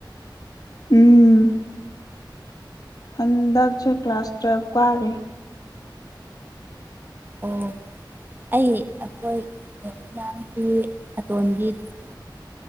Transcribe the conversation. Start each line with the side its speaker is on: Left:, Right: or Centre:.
Left: ꯎꯝ ꯍꯟꯗꯛꯁꯦ ꯀ꯭ꯂꯥꯁ ꯇꯨꯋꯦꯜꯞ ꯀꯥꯔꯤ
Right: ꯑꯣ ꯑꯩ ꯍꯈꯣꯏ ꯂꯔꯤꯛ ꯂꯥꯡꯁꯤ ꯑꯇꯣꯟꯕꯤꯗꯨꯁꯨ